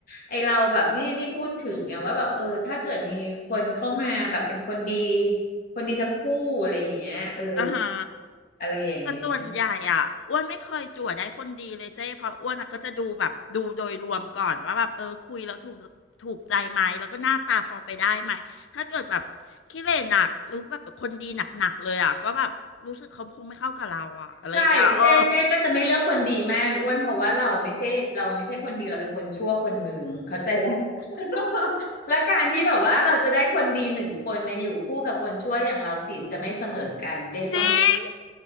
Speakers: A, on the left (about 50°); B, on the left (about 80°).
A: ไอเราแบบนี่นี่พูดถึงไงว่าแบบเออถ้าเกิดมีคนเข้ามาแบบเป็นคนดีคนดีทั้งคู่อะไรอย่างเงี้ยเออ
B: อ่าฮะ
A: อะไรอย่างเงี้ย
B: แต่ส่วนใหญ่อ่ะอ้วนไม่เคยจั่วได้คนดีเลยเจ้เพราะอ้วนอะก็จะดูแบบดูโดยรวมก่อนว่าแบบเออคุยแล้วถูกถูกใจไหมแล้วก็หน้าตาพอไปได้ไหมถ้าเกิดแบบขี้เหร่หนักหรือแบบคนดีหนักๆเลยอ่ะก็แบบรู้สึกเขาคงไม่เข้ากับเราอ่ะอะไรอย่างเงี้ยเออ
A: ใช่เจ๊เจ๊ก็จะไม่เลือกคนดีมากอ้วนเพราะว่าเราไม่ใช่เราไม่ใช่คนดีเราเป็นคนชั่วคนหนึ่งเข้าใจป่ะ <laughs> และการที่แบบว่าเราจะได้คนดีหนึ่งคนมาอยู่คู่กับคนชั่วอย่างเราศีลจะไม่เสมอกันเจ๊ก็ไม่
B: จริง <laughs>